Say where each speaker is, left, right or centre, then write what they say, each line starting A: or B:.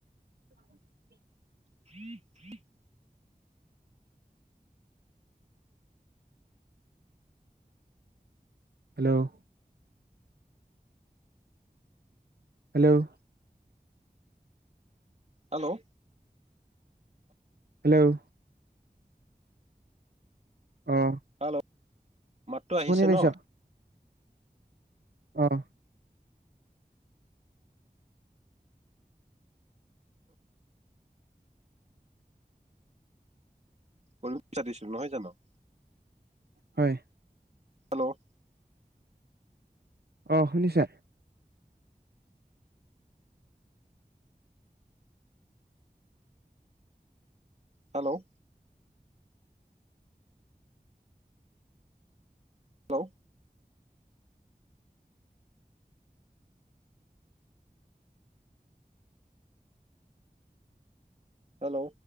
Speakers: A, on the right; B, on the right.
A: <unintelligible>
B: <inaudible>
A: Hello hello
B: hello
A: hello অঁ'
B: hello মাততো আহিছে
A: পাইছ
B: ন।
A: অঁ'
B: কৰিব বিচাৰিছো, নহয় জানো?
A: হয়।
B: হেল্লৌ'
A: অঁ' শুনিছা।
B: Hello hello hello